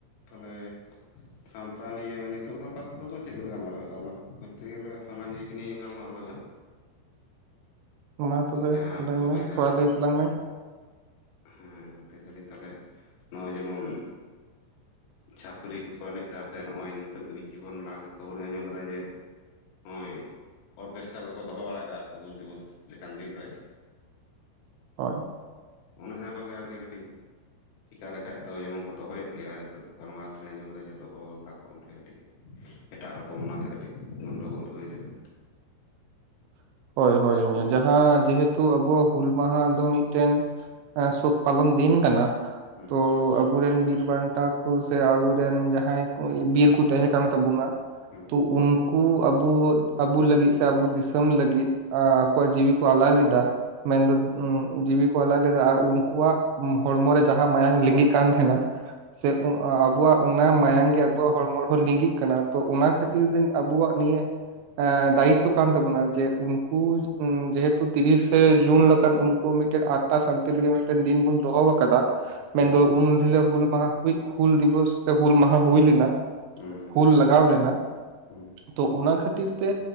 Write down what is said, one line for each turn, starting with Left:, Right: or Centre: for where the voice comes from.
Left: ᱛᱟᱦᱚᱞᱮ ᱥᱟᱶᱛᱟ ᱱᱤᱭᱟᱹ ᱱᱤᱛᱚᱜ ᱫᱚ ᱛᱟᱦᱚᱞᱮ ᱥᱟᱶᱛᱟ ᱱᱤᱭᱟᱹ ᱟᱯᱟᱛᱚᱛᱚ ᱫᱚ ᱪᱮᱫ ᱵᱮᱱ ᱜᱟᱞᱢᱟᱨᱟᱜᱼᱟ ᱜᱟᱞᱢᱟᱨᱟᱜ ᱠᱚᱨᱛᱮ ᱜᱮᱞᱮ ᱥᱟᱢᱟᱡᱤᱠ ᱱᱤᱭᱟ ᱜᱟᱞᱢᱟᱨᱟᱜ ᱞᱟᱜᱟᱜ-ᱟ᱾
Right: <unintelligible> ᱢᱟ ᱛᱚᱵᱮ
Left: ᱡᱟᱦᱟᱸ
Right: ᱞᱟᱹᱭ
Left: ᱠᱚ
Right: ᱢᱮ
Left: ᱞᱟᱹᱭᱫᱟ
Right: ᱛᱷᱚᱲᱟ ᱞᱟᱹᱭ ᱛᱟᱞᱟᱝ ᱢᱮ
Left: ᱦᱮᱸ ᱞᱟᱹᱭ ᱫᱟᱞᱤᱧ ᱛᱟᱦᱞᱮ ᱱᱚᱜᱼᱚᱭ ᱡᱮᱢᱚᱱ ᱪᱷᱟᱹᱯᱟᱹᱨᱤ ᱠᱚᱠᱚ ᱮᱱᱮᱡ ᱮᱫᱟ ᱥᱮ ᱱᱚᱜ ᱱᱤᱛ ᱠᱤᱪᱷᱩ ᱠᱷᱚᱱ ᱞᱟᱦᱟ ᱠᱷᱚᱵᱚᱨᱤᱧ ᱟᱸᱡᱚᱢ ᱠᱮᱫᱟ ᱡᱮ ᱱᱚᱜᱚᱭ ᱚᱨᱠᱮᱥᱴᱟᱨ ᱠᱚᱠᱚ ᱫᱚᱦᱚ ᱵᱟᱲᱟᱭᱮᱫᱟ ᱟᱨᱠᱤ ᱦᱩᱞ ᱫᱤᱵᱚᱥ ᱞᱮᱠᱟᱱ ᱫᱤᱱᱨᱮ
Right: ᱦᱳᱭ
Left: ᱚᱱᱮ ᱚᱱᱟ ᱠᱚᱜᱮ ᱟᱨᱠᱤ ᱠᱟᱹᱴᱤᱡ ᱪᱮᱠᱟ ᱞᱮᱠᱷᱟᱡ ᱫᱚ ᱡᱮᱢᱚᱱ ᱠᱚ ᱫᱚᱦᱚᱭᱮᱫ ᱜᱮᱭᱟ ᱱᱤᱛᱚᱜ ᱜᱟᱞᱢᱟᱨᱟᱣᱤᱧ ᱟᱸᱡᱚᱢ ᱠᱮᱫᱟ ᱡᱮ ᱫᱚᱦᱚ ᱞᱮᱫᱟ ᱠᱚ ᱚᱸᱰᱮ ᱠᱟᱹᱴᱤᱡ ᱮᱴᱟᱜ ᱨᱚᱠᱚᱢ ᱚᱱᱟᱛᱮ ᱠᱟᱹᱴᱤᱡ ᱜᱚᱱᱰᱚᱜᱳᱞ ᱦᱩᱭ ᱞᱮᱱᱟ᱾
Right: <unintelligible> ᱦᱳᱭ ᱦᱳᱭ ᱡᱟᱦᱟᱸ ᱡᱮᱦᱮᱛᱩ ᱟᱵᱚᱣᱟᱜ ᱦᱩᱞ ᱢᱟᱦᱟ ᱫᱚ ᱢᱤᱫᱴᱮᱱ ᱥᱩᱠ ᱯᱟᱞᱚᱱ ᱫᱤᱱ ᱠᱟᱱᱟ
Left: ᱦᱩᱸ
Right: ᱛᱚ ᱟᱵᱚᱨᱮᱱ ᱵᱤᱨ ᱵᱟᱱᱴᱟ <unintelligible> ᱠᱚ ᱥᱮ ᱟᱵᱚᱨᱮᱱ ᱡᱟᱦᱟᱸᱭ ᱠᱚ ᱵᱤᱨ ᱠᱚ ᱛᱟᱦᱮᱸ ᱠᱟᱱ ᱛᱟᱵᱚᱱᱟ᱾
Left: ᱦᱩᱸ
Right: ᱛᱚ ᱩᱱᱠᱩ ᱟᱵᱚ ᱟᱵᱩ ᱞᱟᱹᱜᱤᱫ ᱥᱮ ᱟᱵᱚ ᱫᱤᱥᱚᱢ ᱞᱟᱹᱜᱤᱫ ᱟᱠᱚᱣᱟᱜ ᱡᱤᱣᱤ ᱠᱚ ᱟᱞᱟᱭ ᱞᱮᱫᱟ ᱢᱮᱱᱫᱚ ᱡᱤᱣᱤ ᱠᱚ ᱟᱞᱟᱭ ᱞᱮᱫᱟ ᱟᱨ ᱩᱱᱠᱩᱣᱟᱜ ᱦᱚᱲᱢᱚ ᱨᱮ ᱡᱟᱦᱟᱸ ᱢᱟᱭᱟᱝ ᱞᱤᱸᱜᱤᱜ ᱠᱟᱱ ᱛᱟᱦᱮᱸᱱᱟ ᱥᱮ ᱟᱵᱚᱣᱟᱜ ᱚᱱᱟ ᱢᱟᱭᱟᱝ ᱜᱮ ᱟᱵᱚᱣᱟᱜ ᱦᱚᱲᱢᱚ ᱨᱮᱦᱚᱸ ᱞᱤᱜᱤᱜ ᱠᱟᱱᱟ ᱛᱚ ᱚᱱᱟ ᱠᱷᱟᱹᱛᱤᱨ ᱫᱚ ᱟᱵᱩᱣᱟᱜ ᱱᱤᱭᱟᱹ ᱫᱟᱭᱤᱛᱛᱚ ᱠᱟᱱ ᱛᱟᱵᱚᱱᱟ ᱡᱮ ᱩᱱᱠᱩ ᱡᱮᱦᱮᱛᱩ ᱛᱤᱨᱤᱥᱮ ᱡᱩᱱ ᱞᱮᱠᱟᱱ ᱩᱱᱠᱩ ᱢᱤᱫᱴᱤᱡ ᱟᱛᱛᱟ ᱥᱟᱱᱛᱤ ᱞᱟᱹᱜᱤᱫ ᱢᱤᱫᱴᱮᱱ ᱫᱤᱱ ᱵᱩᱱ ᱫᱚᱦᱚ ᱟᱠᱟᱫᱟ᱾
Left: ᱦᱩᱸ
Right: ᱢᱮᱱᱫᱚ ᱩᱱᱤ ᱦᱤᱞᱚᱜ ᱦᱩᱞ ᱢᱟᱦᱟ ᱦᱩᱞ ᱫᱤᱵᱚᱥ ᱥᱮ ᱦᱩᱞ ᱢᱟᱦᱟ ᱦᱩᱭ ᱞᱮᱱᱟ᱾
Left: ᱦᱩᱸ
Right: ᱦᱩᱞ ᱞᱟᱜᱟᱣ ᱞᱮᱱᱟ
Left: ᱦᱩᱸ ᱦᱩᱸ
Right: ᱛᱚ ᱚᱱᱟ ᱠᱷᱟᱹᱛᱤᱨ ᱠᱷᱟᱹᱛᱤᱨ ᱛᱮ